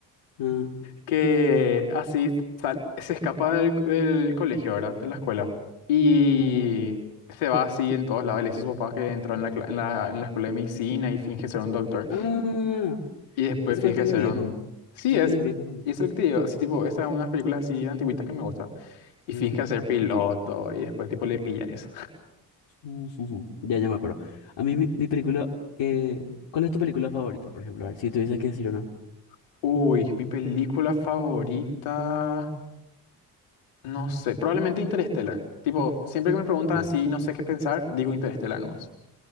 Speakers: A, on the left; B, on the left.
A: Ah,
B: que así sal- se escapa del, del colegio, ¿verdad? De la escuela. Y
A: ujú.
B: se va así en todos lados. Le dice a su papá que entró en la, cla- en la, en la escuela de medicina y finge ser un doctor.
A: Ah,
B: Y después
A: ese
B: finge
A: que es medio
B: ser
A: viejo.
B: un... Sí,
A: Ese es
B: es...
A: medio viejo también.
B: Y eso es lo que te digo, así tipo, estas son unas películas así antiguitas que me gustan. Y
A: Sí.
B: finge ser piloto y después tipo le pillan eso.
A: Ujujú, Ya, ya me acuerdo. A mí, mi, mi película que... ¿Cuál es tu película favorita, por ejemplo? A ver, si tuvieses que decir una.
B: <laughs> Uy, mi película favorita... No sé, probablemente Interstellar. Tipo, siempre que me preguntan
A: Mm.
B: así, no sé qué pensar, digo Interstellar nomás.